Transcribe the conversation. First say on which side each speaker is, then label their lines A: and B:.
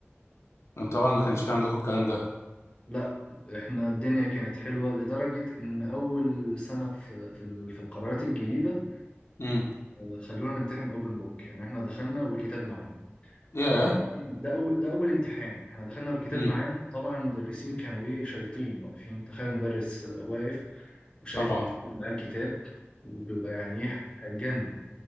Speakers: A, on the left; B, on the left.
A: طبعا ما كانش في عندكم الكلام ده
B: لا احنا الدنيا كانت حلوة لدرجة ان اول سنة في في ال- في القرارات الجديدة
A: امم
B: آه، خلونا نمتحن اوبن بوك يعني احنا دخلنا والكتاب معانا
A: ياه
B: وبعدين ده اول ده اول امتحان احنا دخلنا والكتاب
A: امم
B: معانا طبعا المدرسين كانوا ايه شياطين واقفين تخيل مدرس آه، واقف وشايف
A: طبعا
B: الطفل معاه الكتاب وبيبقى يعني ايه هيتجنن